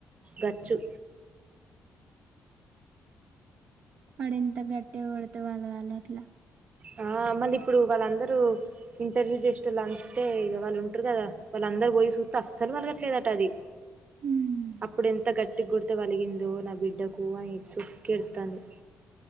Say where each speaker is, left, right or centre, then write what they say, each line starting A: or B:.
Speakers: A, on the right; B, on the right.
A: గచ్చు
B: వాడు ఎంత గట్టటి కొడితే వాళ్ళ వాళ అట్లా
A: ఆ మళ్ళీ ఇప్పుడు వాళ్ళందరూ ఇంటర్వ్యూ చేస్ వాళ్ళ అంటే ఇ వాళ్లు ఉంటారు కదా వాళ్లు అందరు పోయి చూస్తూ అస్సలు పరగట్లేదట అది
B: హ్మ్
A: అప్పుడెంత గట్టి గుడత వలిగిందో నా బిడ్డకు అని సుక్కెడతంది